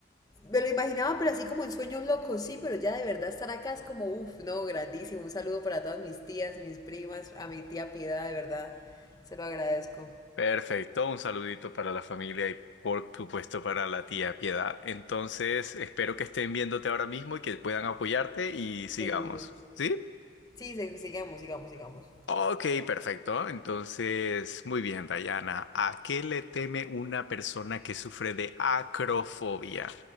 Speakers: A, on the left (about 20°); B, on the left (about 80°).
A: Me lo imaginaba, pero así como en sueños locos, sí, pero ya de verdad estar acá es como, uff, no, grandísimo. Un saludo para todas mis tías y mis primas, a mi tía Piedad, de verdad, se lo agradezco.
B: Perfecto, un saludito para la familia y por supuesto para la tía Piedad. Entonces, espero que estén viéndote ahora mismo y que puedan apoyarte y sigamos.
A: Seguro.
B: ¿Sí?
A: Sí, se- sigamos, sigamos, sigamos.
B: Ok, perfecto. Entonces, muy bien, Dayana. ¿A qué le teme una persona que sufre de acrofobia?